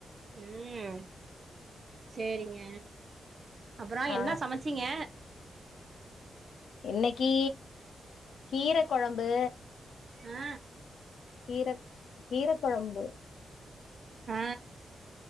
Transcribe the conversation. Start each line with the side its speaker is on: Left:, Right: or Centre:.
Right: உம் சேரிங்க அப்பறோ
Left: ஆ
Right: என்ன சமச்சீங்க
Left: இன்னிக்கீ கீர கொழம்பு
Right: ஆ
Left: கீர கீர கொழம்பு
Right: அ